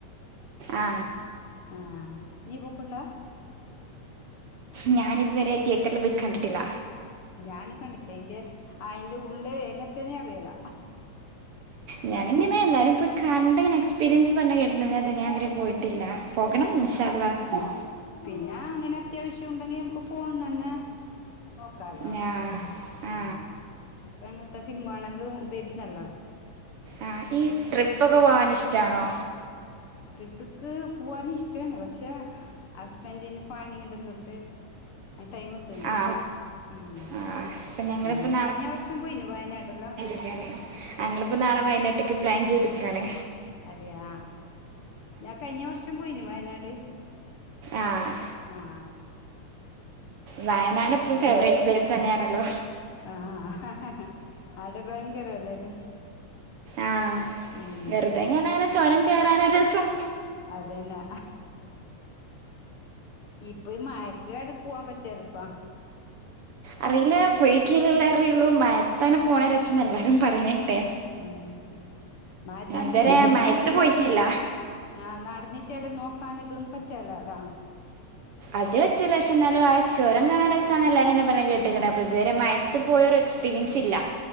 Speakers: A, on the right (about 80°); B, on the left (about 55°).
A: ആ
B: ആഹ് നീ പോക്ക്ണ്ടാ
A: ഞാനിതുവരേ തിയ്യേറ്ററിൽ പോയി കണ്ടിട്ടില്ല
B: ഞാനും കണ്ടിട്ടേ അയിന്റെ അയിന്റെ ഉള്ള് എങ്ങത്തേന്നേ അറിയല്ല
A: ഞാന്ങ്ങനേ എല്ലാരും പോയി കണ്ടങ്ങനെ എക്സ് പീരിയൻസ് പറഞ്ഞ് കേട്ട്ട്ട്ണ്ട്ന്നല്ലാതെ ഞാനിതുവരെ പോയിട്ടില്ല പോകണം ഇൻശാഅല്ലാഹ്‌
B: പിന്നേ അങ്ങനെ അത്യാവശ്യം ഉണ്ടെങ്കി നമുക്ക് ഫോണ്ന്നന്നേ നോക്കാലോ
A: ഞാ ആ ആ
B: ആഹ് ഇപ്പ എങ്ങത്തെ ഫിലിം വാണെങ്കും വരുന്നല്ലോ
A: ആ ഈ ട്രിപ്പൊക്കെ പോവ്വാന് ഇഷ്ടാണോ
B: ട്രിപ്പ്ക്ക് പൂവ്വാനിഷ്ടാണ് പക്ഷേ ഹസ്ബൻഡിന് പണി ഇടം തൊട്ട് അയ്ൻ ടൈം കിട്ട്ന്നില്ല
A: ആ
B: ഉം
A: ആ അപ്പം ഞങ്ങളിപ്പോൾ
B: ഉം കയിഞ്ഞ വർഷം പോയിനു വയനാട്ട്ല്
A: അതെയല്ലേ അങ്ങള്പ്പൊ നാളെ വയനാട്ട്ക്ക് പ്ലാൻ ചെയ്ത്ക്കാണ്
B: അതെയാ ഞാൻ കയിഞ്ഞ വർഷം പോയിനു വയനാട്
A: ആഹ്
B: ആഹ്
A: വയനാട് എപ്പളും ഫേവറേറ്റ് പ്ലേസ് തന്നെയാണല്ലോ
B: ആഹ് ഹ് ഹ് ഹ് അവടെ ഭയങ്കരല്ലേന്
A: ആ
B: ഉം
A: വെറുതെ എങ്ങനെ അങ്ങനെ ചോരം കയറാനൊരു രസം
B: അതന്നെ ഇപ്പൊ മയക്കട് പോവാൻ പറ്റലപ്പാ
A: അറിയില്ല പോയ കീലല്ല അറിയള്ളൂ മയത്താനെ പോണ രസംന്ന് എല്ലാരും പറയനേട്ടെ
B: ഉ മാച്ച അങ്ങല്ല
A: ഇതുവരെ
B: നമുക്ക്വിടെ
A: മയത്ത്
B: ഇങ്ങനെ
A: പോയിട്ടില്ല
B: ആഹ നടന്നീട്ടടെ നോക്കാൻ ഇതൊന്ന പറ്റല്ലല്ലോ
A: അത് പറ്റല്ല പക്ഷ എന്നാലും ആ ചോരം കാണാൻ രസമാണ് എല്ലാരും എന്നെ പറഞ്ഞഞ് കേട്ടിൊതുവര
B: ആ
A: അത്ത് പോയൊരു എക്സ്പീരിയൻസ് ഇല്ല